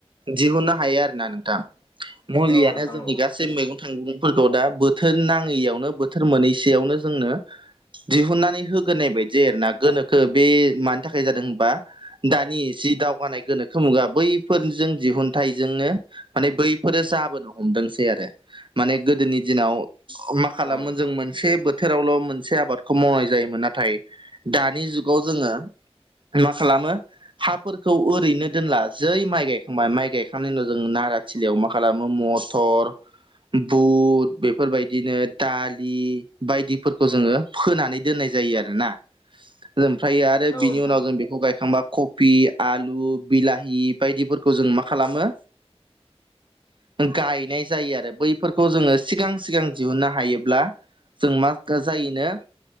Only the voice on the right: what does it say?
दिहुननो हायो आरोना नोंथां मुलियानो
जोंनि
गा सै मैगं थाइगंफोरखौ दा बोथोर नाङैयावनो बोथोर मोनैसेयावनो जोंनो दिहुननानै होग्रोनाय बायदि जायो आरोना गोनोखो बे मानि थाखाय जादों होनबा दानि जि दावगानाय गोनोखो मुगा बैफोरजों दिहुनथाइजोंनो माने बैफोरो जाबोनो हमदोंसै आरो माने गोदोनि दिनाव मा खालामोन
जों मोनसे बोथोरावल' मोनसे आबादखौ मावनाय जायो मोन नाथाय दानि जुगाव जोङो मा खालामो हाफोरखौ ओरैनो दोनला जै माइ गायखांबाय माइ गायखांनायनि उनाव जों नारा थिलियाव मा खालामो मथर बुट बेफोरबायदिनो दालि बायदिफोरखौ जोङो फोनानै दोननाय जायो आरोना ओमफ्रायो आरो
बिनि
उनाव
जों बेखौ गायखांबा ख फि आलु बिलाहि बायदिफोरखौ जों मा खालामो गायनाय जायो आरो बैफोरखौ जोङो सिगां सिगां दिहुननो हायोब्ला जों मा जायोनो